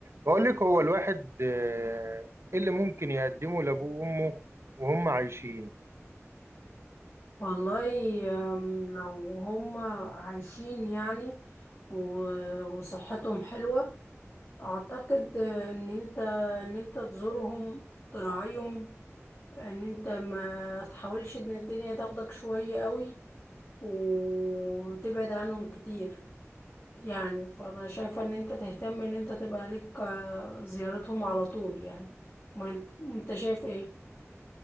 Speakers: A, on the right; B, on the left.
A: بقول لك هو الواحد آه، إيه اللي ممكن يقدمه لأبوه وأمه وهم عايشين
B: والله أم، لو هم عايشين يعني و- وصحتهم حلوة أعتقد إن أنت إن أنت تزورهم تراعيهم إن أنت ما تحاولش إن الدنيا تاخدك شوية قوي وتبعد عنهم كتير يعني فأنا شايفة إن أنت تهتم إن أنت تبقى لك آه، زيارتهم على طول يعني ما أنت أنت شايف إيه؟